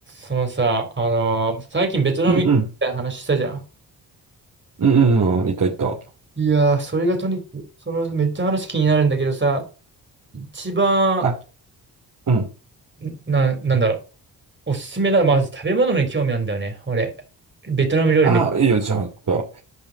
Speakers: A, on the right; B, on the right.
A: そのさ、あのー最近ベトナム行ったみたいな話したじゃん。
B: うんうん。うんうんうん。いたいた。
A: いやー、それがとにかく、そのめっちゃ話気になるんだけどさ、一番、
B: あ、うん。
A: んな、なんだろう、おすすめだ。まず食べ物に興味あるんだよね、俺。ベトナム料理めっ
B: あ、いいよ、じゃあ、ちょっと